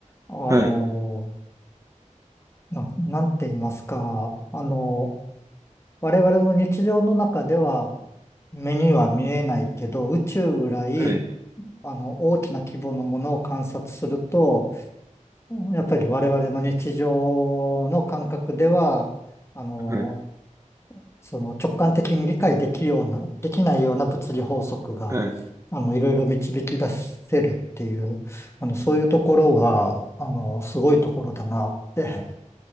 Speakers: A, on the left (about 20°); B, on the right (about 25°).
A: あの、
B: はい、
A: な、なんて言いますか、あの、我々の日常の中では目には見えないけど、宇宙ぐらい
B: はい、
A: あの、大きな規模のものを観察すると、やっぱり我々の日常の感覚では、あの、
B: はい、
A: その直感的に理解できるような、できないような物理法則が、
B: はい。
A: あの、いろいろ導き出せるっていう、あの、そういうところは、あの、すごいところだなって、